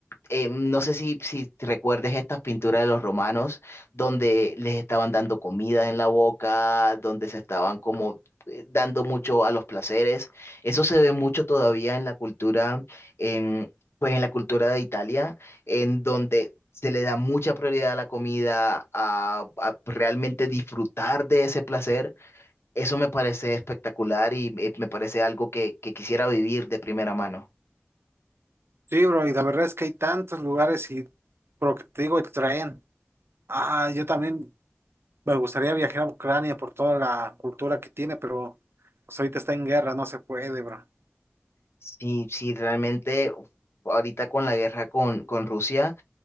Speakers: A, on the left; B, on the right.
A: eh, no sé si, si recuerdes estas pinturas de los romanos, donde les estaban dando comida en la boca, donde se estaban como eh, dando mucho a los placeres. Eso se ve mucho todavía en la cultura, en, pues en la cultura de Italia, en donde se le da mucha prioridad a la comida, a, a realmente disfrutar de ese placer. Eso me parece espectacular y eh, me parece algo que que quisiera vivir de primera mano.
B: Sí, bro, y la verdad es que hay tantos lugares y por lo que te digo, el tren. Ah, yo también me gustaría viajar a Ucrania por toda la cultura que tiene, pero pues ahorita está en guerra, no se puede, bro.
A: Sí, sí, realmente uf, ahorita con la guerra con, con Rusia,